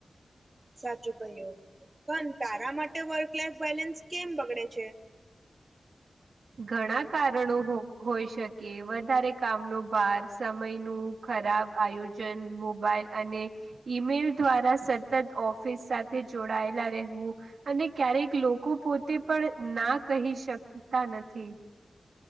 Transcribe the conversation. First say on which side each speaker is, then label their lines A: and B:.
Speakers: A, on the right (about 30°); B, on the right (about 85°).
A: સાચું કહ્યું પણ તારા માટે વર્ ક્લાસ બેલેન્સ કેમ બગડે છે.
B: ઘણા કારણો હો હોઈ શકે વધારે કામનો ભાર સમયનું ખરાબ આયોજન મોબાઈલ અને ઈમેલ દ્વારા સતત ઓફિસ સાથે જોડાયેલા રહેવું અને ક્યારેક લોકો પોતે પણ ના કહી શ તા નથી.